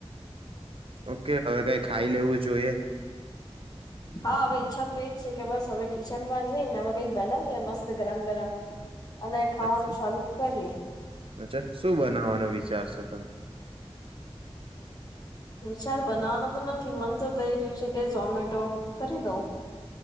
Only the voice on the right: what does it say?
ઓ કે હવે કંઈક ખાઈ લેવું જોએ
અચ્છા
અચ્છા શું બનાવાનો વિ ચાર છે તો?